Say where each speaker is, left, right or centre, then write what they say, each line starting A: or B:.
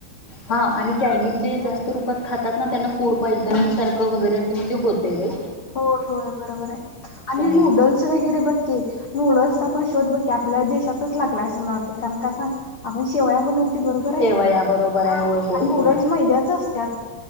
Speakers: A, on the left; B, on the left.
A: हा आणि चायनीजे जास्त रूपात खा -- तात ना. त्यांना फूड पॉइझनिंग सारखं वगैरे असं म्हणजे होतयं ते.
B: होय, होय, बरोबर हाय आणि
A: नाही
B: नूडल्स वगैरे बघकी नूडल्स- - पण शोध बघ की आपल्या देशातच लागला असं मला वाटतयं कारण का सांग आपण शेवया बनतव -- तो बरोबर हाय
A: सेवया बरोबर आहे
B: हा
A: होय होय
B: आणि नूडल्स
A: होय
B: मैद्याच असत्यात.